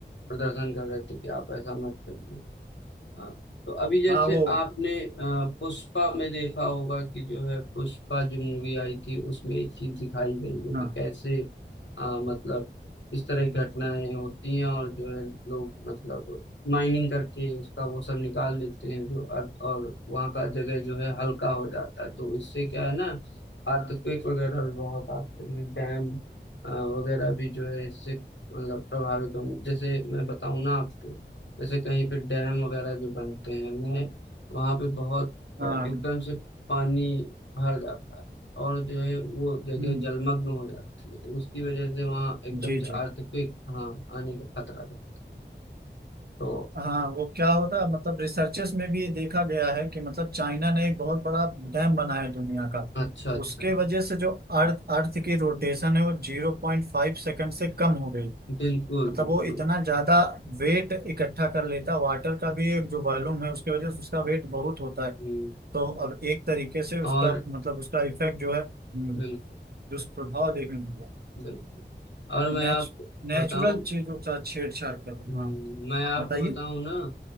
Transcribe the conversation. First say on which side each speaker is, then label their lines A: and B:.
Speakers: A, on the left; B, on the right.
A: प्रदर्शन कर रहे थे कि आप ऐसा मत करिए हाँ तो अभी जैसे
B: हाँ वो
A: आपने अ, पुष्पा में देखा होगा कि जो है पुष्पा जो मूवी आई थी उसमें एक चीज दिखाई गई है कि
B: हाँ
A: कैसे अ, मतलब इस तरह की घटनाएं होती हैं और जो है लोग मतलब माइनिंग करके उसका वो सब निकाल लेते हैं जो अर्थ और वहाँ का जगह जो है हल्का हो जाता है तो उससे क्या है ना अर्थक्वेक वगैरह भी बहुत आते हैं डैम अ, वगैरह भी जो है इससे मतलब प्रभावित होंगे जैसे मैं बताऊँ ना आपको जैसे कहीं पे डैम वगैरह जो बनते हैं नए वहाँ पे बहुत अ,
B: हाँ
A: एकदम से पानी भर जाता है और जो है वो जगह
B: हम्म,
A: जलमग्न हो जाती है तो उसकी वजह से वहाँ एकदम
B: जी
A: से
B: जी
A: अर्थक्वेक हाँ आने का खतरा था तो
B: हाँ वो क्या होता है मतलब रिसर्चेस में भी ये देखा गया है कि मतलब चाइना ने एक बहुत बड़ा डैम बनाया है दुनिया का
A: अच्छा अच्छा
B: उसके वजह से जो अर्थ अर्थ की रोटेशन है वो जीरो पॉइंट फाइव सेकंड से कम हो गई
A: बिल्कुल
B: मतलब
A: बिल्कुल
B: वो इतना ज्यादा वेट इकट्ठा कर लेता वाटर का भी एक जो वॉल्यूम है उसके वजह से उसका वेट बहुत होता है
A: हम्म,
B: तो अब एक तरीके से उसका
A: और
B: मतलब उसका इफेक्ट जो है हम्म,
A: बिल्कुल
B: दुष्प्रभाव देखने को मिला
A: बिल्कुल और मैं
B: नेच,
A: आपको
B: नेचुरल
A: बताऊं
B: चीजों का छेड़छाड़ करना
A: हम्म,
B: हाँ
A: मैं आपको
B: बताइए
A: बताऊं ना